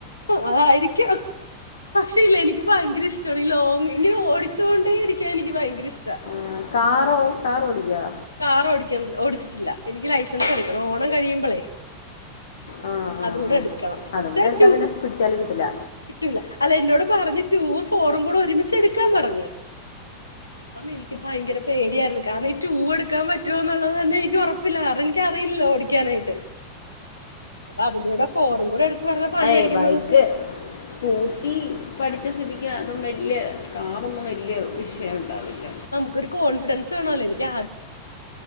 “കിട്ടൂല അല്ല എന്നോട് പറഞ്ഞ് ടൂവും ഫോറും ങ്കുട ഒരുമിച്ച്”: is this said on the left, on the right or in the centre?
Left